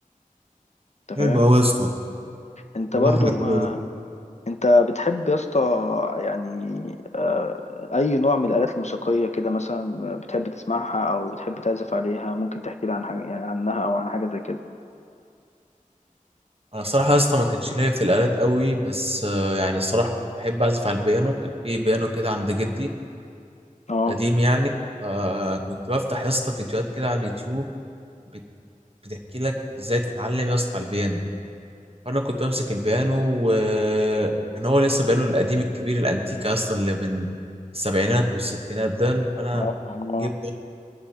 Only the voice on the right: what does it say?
حلو
قوي يا اسطى
والله
حاجة
حلوة
انا الصراحه يا اسطى ما كانش ليا في الالات قوي بس آه، يعني الصراحه كنت بحب اعزف على البيانو كان في بيانو كده عند جدي
قديم يعني آه كنت بفتح يا اسطى فيديوهات كده على اليوتيوب بت- بتحكي لك ازاي تتعلم يا اسطى على البيانو فانا كنت بمسك البيانو وكان هو لسه بيانو القديم الكبير الانتيك يا اسطى اللي بين السبعينات والستينات ده فانا
جبت